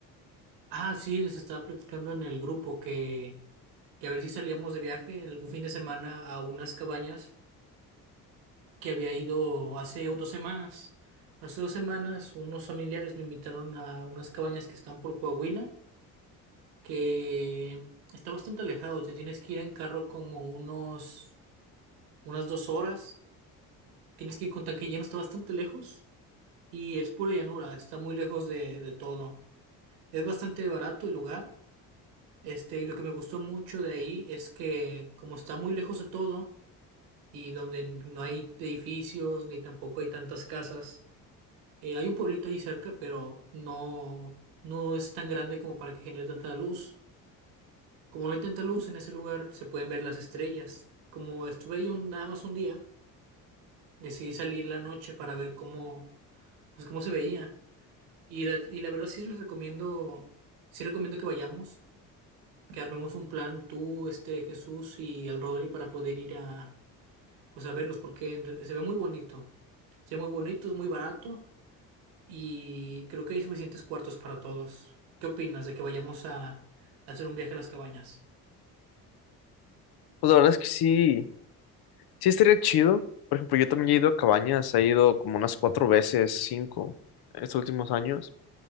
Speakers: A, on the right (about 80°); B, on the left (about 55°).
A: Ah, sí, les estaba platicando en el grupo que, que a ver si salíamos de viaje algún fin de semana a unas cabañas que había ido hace dos semanas. Hace dos semanas unos familiares me invitaron a unas cabañas que están por Coahuila, que está bastante alejado. Te tienes que ir en carro como unos, unas dos horas. Tienes que ir con tanque lleno, está bastante lejos y es pura llanura, está muy lejos de, de todo. Es bastante barato el lugar. Este, y lo que me gustó mucho de ahí es que como está muy lejos de todo y donde no hay edificios ni tampoco hay tantas casas, eh, hay un pueblito ahí cerca, pero no, no es tan grande como para que genere tanta luz. Como no hay tanta luz en ese lugar, se pueden ver las estrellas. Como estuve ahí un, nada más un día, decidí salir la noche para ver cómo, pues cómo se veía. Y la, y la verdad sí les recomiendo, sí recomiendo que vayamos. que armemos un plan tú, este Jesús y el Rodri para poder ir a pues a verlos porque en re- se ve muy bonito. Se ve muy bonito, es muy barato y creo que hay suficientes cuartos para todos. ¿Qué opinas de que vayamos a, a hacer un viaje a las cabañas?
B: Pues la verdad es que sí, sí estaría chido. Por ejemplo, yo también he ido a cabañas, he ido como unas cuatro veces, cinco, estos últimos años,